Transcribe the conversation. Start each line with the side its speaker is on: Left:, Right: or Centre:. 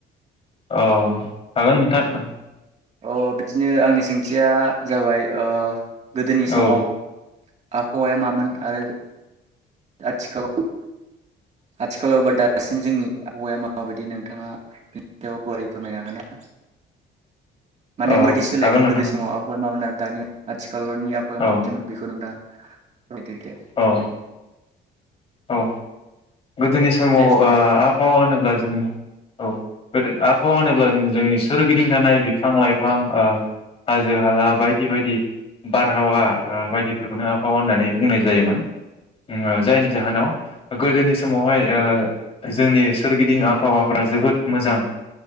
Left: औ हागोन नोंथां।
Right: अ बिदिनो आंनि सोंथिया जाबाय ओ गोदोनि समाव-
Left: औ
Right: आबहावाया मामोन आरो आथिखालाव- आथिखालाव बा दासिम जोंनि आबहावाया माबायदि नोंथाङा बेनि सायाव गुवारै फोरमायनो हागोन ना? माने
Left: औ
Right: मादि सोलायखो
Left: हागोन नोंथां
Right: गोदो समाव आबहावाया मा मोन? दानिया आथिखालनि आबहावाया माबायदिमोन
Left: औ
Right: बेखौ नोंथाङा- फोरमायदो दे
Left: औ औ गोदोनि समाव
Right: दे फोरमायदो
Left: आबहावा होनोब्ला जों- औ गोदो आबहावा होनोब्ला जों जोंनि सोरगिदिं थानाय बिफां लाइफां ओ हाजो हाला बायदि बायदि बारहावा ओ बायदिफोरखौनो आबहावा होननानै बुंनाय जायोमोन ओ जायनि जाहोनाव गोदोनि समावहाय ओ जोंनि सोरगिदिं आबहावाफोरा जोबोद मोजां